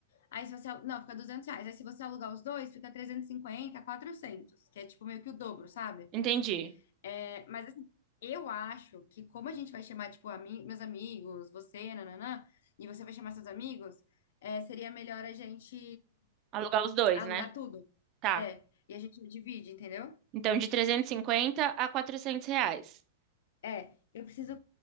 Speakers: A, on the left (about 60°); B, on the right (about 25°).
A: Aí se você, al- não, fica 200 reais. Aí se você alugar os dois, fica 350, 400, que é tipo meio que o dobro, sabe?
B: Entendi.
A: É, mas assim, eu acho que como a gente vai chamar, tipo, ami- meus amigos, você, nananã, e você vai chamar seus amigos, é, seria melhor a gente
B: Alugar os dois,
A: alugar
B: né?
A: tudo.
B: Tá.
A: É, e a gente divide, entendeu?
B: Então, de 350 a 400 reais.
A: É, eu preciso